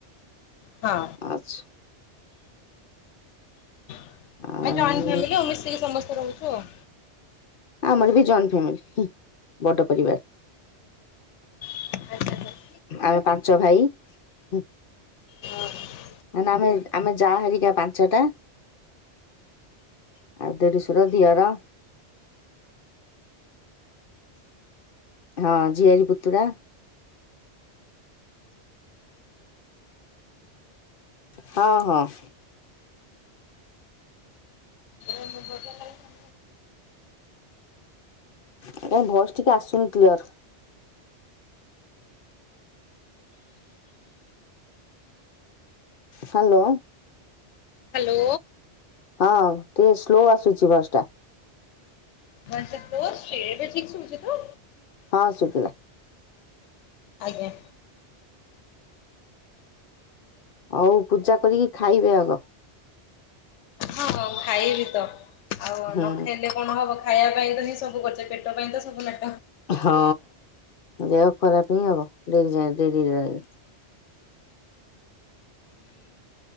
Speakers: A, on the left (about 90°); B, on the left (about 55°).
A: ହଁ।
B: ଆଚ୍ଛା
A: ଏ
B: ଆଉ
A: ଜଏଣ୍ଟ ଫ୍ୟାମିଲି ଆଉ ମିଶିକି ସମସ୍ତେ ରହୁଛୁ ଆଉ।
B: ଆମର ବି ଜଏଣ୍ଟ ଫ୍ୟାମିଲି ହୁଁ ବଡ ପରିବାର।
A: ଆଚ୍ଛା ଆଚ୍ଛା।
B: ଆମେ ପାଞ୍ଚ ଭାଇ ହୁଁ।
A: ହଁ।
B: ନା ଭାଇ ଆମେ ଯାଆ ହେରିକା ପାଞ୍ଚେଟା। ଆଉ ଦେଢ଼ୁଶୁର, ଦିଅର ହଁ ଝିଆରୀ, ପୁତୁରା ହଁ ହଁ।
A: <unintelligible>
B: ତମ ଭଏସ୍ ଟିକେ ଆସୁନି କ୍ଲିୟର। ହାଲୋ।
A: ହାଲୋ।
B: ହଁ ଟିକେ ସ୍ଲୋ ଆସୁଛି ଭଏସ୍ ଟା।
A: ଭଏସଟା ସ୍ଲୋ ଆସୁଛି? ଏବେ ଠିକ୍ ଶୁଭୁଛି ତ?
B: ହଁ ଶୁଗିଲା।
A: ଆଜ୍ଞା।
B: ହଉ ପୂଜା କରିକି ଖାଇବେ ଆଗ।
A: ହଁ ମୁଁ ଖାଇବି ତ। ଆଉ ନ
B: ହୁଁ
A: ଖାଇଲେ କଣ ହବ ଖାଇବା ପାଇଁ ତ ହିଁ ସବୁ କରୁଛେ। ପେଟ ପାଇଁ ତ ସବୁ ନା
B: ହଁ ଦେହ ଖରାପ ହିଁ ହବ। ଡେରି ଯାଏ ଡେରିରେ ରହିଲେ।